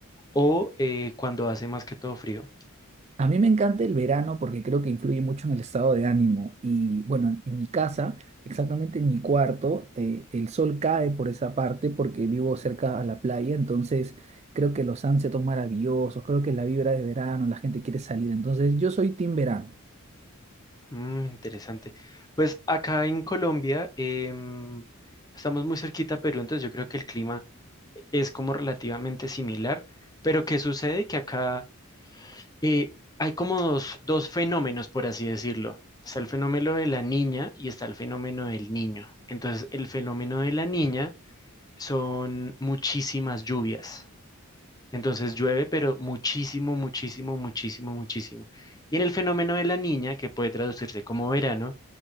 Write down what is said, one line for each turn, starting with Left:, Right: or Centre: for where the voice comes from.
Left: o eh, cuando hace más que todo frío?
Right: A mí me encanta el verano porque creo que influye mucho en el estado de ánimo. Y bueno, en, en mi casa, exactamente en mi cuarto, eh, el sol cae por esa parte porque vivo cerca a la playa, entonces creo que los sunsets son maravillosos, creo que la vibra de verano, la gente quiere salir, entonces yo soy team verano.
Left: Mm, interesante. Pues acá en Colombia em, estamos muy cerquita a Perú, entonces yo creo que el clima es como relativamente similar, pero ¿qué sucede? Que acá eh, hay como dos, dos fenómenos, por así decirlo. Está el fenómeno de la niña y está el fenómeno del niño. Entonces, el fenómeno de la niña son muchísimas lluvias. Entonces llueve, pero muchísimo, muchísimo, muchísimo, muchísimo. Y en el fenómeno de la niña, que puede traducirse como verano,